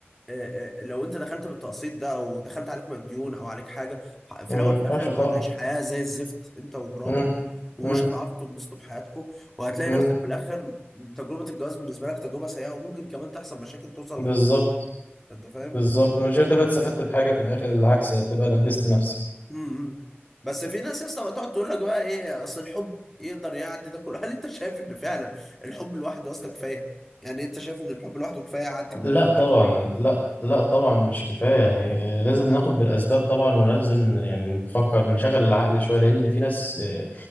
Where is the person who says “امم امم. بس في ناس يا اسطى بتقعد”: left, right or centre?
Centre